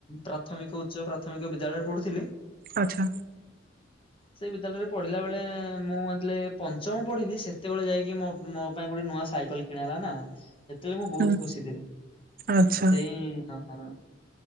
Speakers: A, on the left (about 30°); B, on the right (about 50°).
A: ପ୍ରାଥମିକ ଉଚ୍ଚ ପ୍ରାଥମିକ ବିଦ୍ୟାଳୟରେ ପଢୁଥିଲି
B: ଆଚ୍ଛା
A: ସେ ବିଦ୍ୟାଳୟରେ ପଢିଲା ବେଳେ ମୁଁ ଯେତେବେଳେ ପଞ୍ଚମ ପଢିଲି ସେତେବେଳେ ଯାଇକି ମୋ ମୋ ପାଇଁ ଗୋଟେ ନୂଆ ସାଇକେଲ କିଣା ହେଲା ନା ସେତେଳେ ମୁଁ ବୋହୁତ
B: ହୁଁ
A: ଖୁସି ଥିଲେ
B: ଆଚ୍ଛା
A: ସେଇ ହଁ।